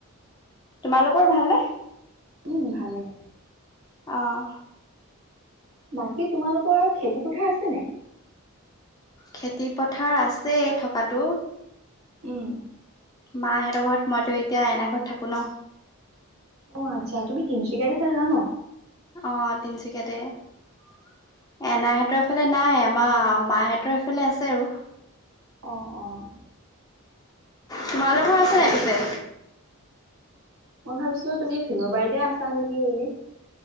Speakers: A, on the left (about 15°); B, on the right (about 75°).
A: তোমালোকৰ ভালনে?
B: উম ভালেই।
A: অহ
B: বাকী তোমালোকৰ আৰু খেতি পথাৰ আছে নাই?
A: খেতি পথাৰ আছে থকাতটো।
B: উম
A: মাহঁতৰ ঘৰত মইতো এতিয়া এনাই ঘৰত থাকো ন।
B: অঁ, আচ্ছা তুমি তিনিচুকাৰেছে জান?
A: অঁ, তিনচুকীয়াতে এনাইহেট। সিহঁতৰফালে নাই আমাৰ মাহঁতৰ এফালে আছে আৰু।
B: অঁ, অঁ।
A: তোমালোকৰ আছেনে পিছে?
B: মই ভাবিছিলো তুমি ফিলৰ বাৰীতে আছা নেকি বুলি?